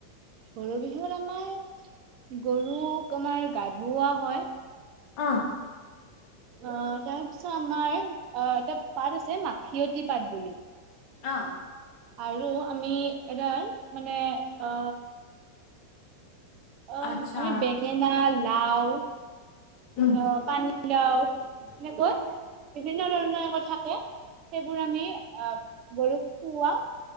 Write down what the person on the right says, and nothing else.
গৰু বিহুত আমাৰ গৰুক আমাৰ গা ধুৱা হয়।
অ তাৰ পিছত আমাৰ, আহ এটা পাত আছে মাখিয়তী পাট বুলি।
আৰু আমি এডাল মানে অ অ
আমি বেঙেনা লাও,
অ ', পানীলাও। এনেকৈ বিভিন্ন ধৰণৰ থাকে সেইবোৰ আমি আহ', গৰুক খুওৱা।